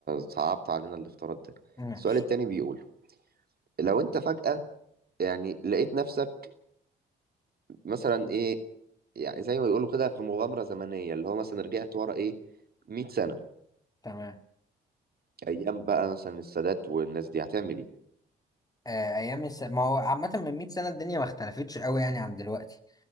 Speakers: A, on the right; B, on the left.
A: صعبت علينا الافتراض ده
B: ماشي
A: السؤال التاني بيقول لو انت فجأة يعني لقيت نفسك مثلا ايه يعني زي ما بيقولوا كده في مغامرة زمنية اللي هو مثلا رجعت ورا ايه 100 سنة
B: تمام
A: ايام بقى مثلا السادات والناس دي هتعمل ايه
B: آه ايام الس... ما هو عامة من 100 سنة الدنيا ما اختلفتش قوي يعني عن دلوقتي